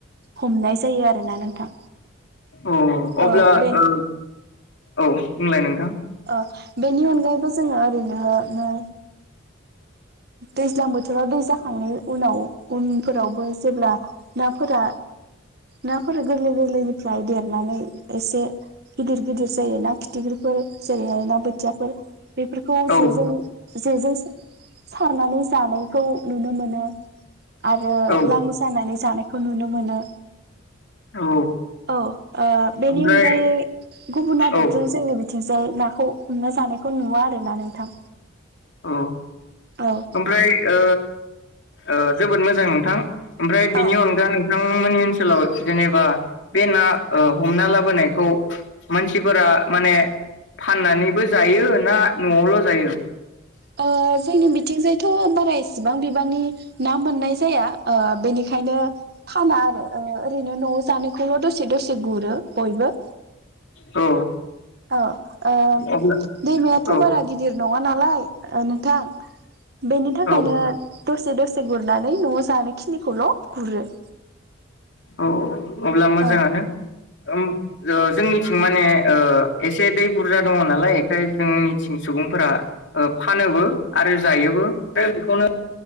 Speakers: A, on the right; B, on the left.
A: हमनाय जायो आरोना नोंथां।
B: अ अब्ला
A: ओ बेनि
B: ओ औ बुंलाय नोंथां।
A: ओ बेनि अनगायैबो जोङो ओरैनो नो दैज्लां बोथोराव दै जाखांनाय उनाव उनफोरावबो जेब्ला नाफोरा नाफोर गोरलै गोरलैनिफ्राय देरनानै एसे गिदिर गिदिर जायो ना फिथिख्रिफोर जेरैहाय ना बोथियाफोर बेफोरखौ
B: औ
A: जे जों जे जोंसो सारनानै जानायखौ नुनो मोनो। आरो
B: औ
A: लाङि सानानै जानाय खौ नुनो मोनो।
B: औ
A: औ ओ बेनि
B: ओमफ्राय
A: अनगायै गुबुन आदबजों
B: औ
A: जोंनि बि थिंजाय नाखौ हमना जानायखौ नुवा आरो ना नोंथां।
B: औ
A: औ
B: ओमफ्राय ओ ओ जोबोद मोजां नोंथां। ओमफ्राय बिनि
A: औ
B: अनगा नों थां मोननि ओनसोलाव जेनेबा बे ना ओ हमना लाबोनायखौ मानसिफोरा माने फाननानैबो जायो ना न'आवल' जायो?
A: ओ जोंनि बिथिंजाय थ' बारा इसिबां बिबांनि ना मोननाय जाया ओ बेनिखायनो फाना आरो ओ ओ रैनो न'आव जानायखौल' दसे दसे गुरो बयबो।
B: औ
A: औ ओ
B: अब्ला
A: दैमायाथ'
B: औ
A: बारा गिदिर नङा ना लाय ओ नोंथां। बेनि थाखायनो
B: औ
A: दसे दसे गुरनानै न'आव जानाय खिनिखौल' गुरो।
B: औ अब्ला मोजाङानो।
A: औ
B: ओम जो-जोंनिथिं माने ओ एसे दै बुरजा दङ नालाय एखायनो जोंनिथिं सुबुंफोरा ओ फानोबो आरो जायोबो। बेखौनो